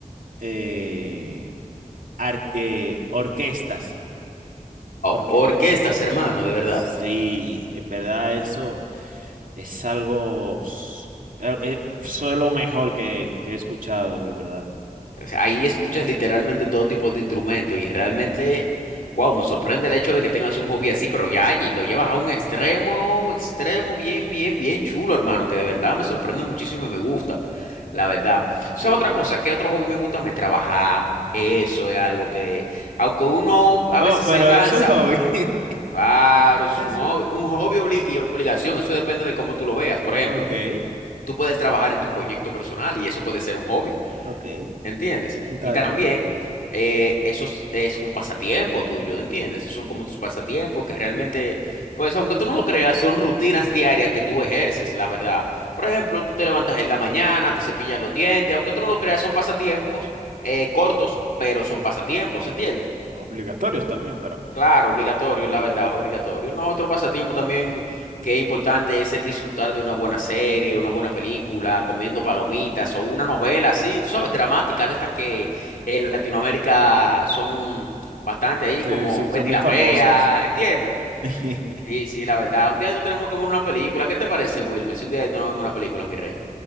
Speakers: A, on the right; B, on the left.
A: Eh, ar- eh, orquestas.
B: Oh,
A: Orque
B: orquestas, hermano, de verdad.
A: sí, en verdad eso. es algo, s- eh, eh, fue lo mejor que, que he escuchado, de verdad.
B: O sea, ahí escuchas literalmente todo tipo de instrumentos y realmente, wow, me sorprende el hecho de que tengas un hobby así, pero ya allí lo llevas a un extremo, extremo, bien, bien, bien chulo, hermano, que de verdad me sorprende muchísimo y me gusta, la verdad. ¿Sabes
A: Sí.
B: otra cosa? ¿Qué otro hobby me gusta? Me trabajar. Eso es algo que, aunque uno a
A: Oh,
B: veces
A: pero
B: se cansa,
A: es un hobby. <laughs>
B: claro, eso
A: Sí.
B: es un hobby, un hobby obli- y obligación, eso depende de cómo tú lo veas. Por ejemplo,
A: Ok,
B: tú puedes trabajar en tu proyecto personal y eso puede ser un hobby.
A: ok,
B: ¿Entiendes?
A: está
B: Y también
A: bien.
B: eh, eso es, es un pasatiempo tuyo, ¿entiendes? Esos son como tus pasatiempos que realmente, pues aunque tú no lo creas, son rutinas diarias que tú ejerces, la verdad. Por ejemplo, tú te levantas en la mañana, te cepillas los dientes, aunque tú no lo creas, son pasatiempos eh, cortos, pero son pasatiempos, ¿entiendes?
A: Obligatorios también, pero
B: Claro, obligatorio, la verdad, obligatorio. No, otro pasatiempo también que es importante es el disfrutar de una buena serie, una buena película, comiendo palomitas o una novela así, tú sabes, dramática, de estas que en Latinoamérica son bastante ahí,
A: sí,
B: como
A: sí,
B: Betty
A: son muy
B: la
A: famosas.
B: Fea, ¿entiendes?
A: <laughs>
B: Sí, sí, la verdad. Un día de estos tenemos que ver una película. ¿Qué te parece, Wilmer? Si un día de estos no vemos una película, mi rey.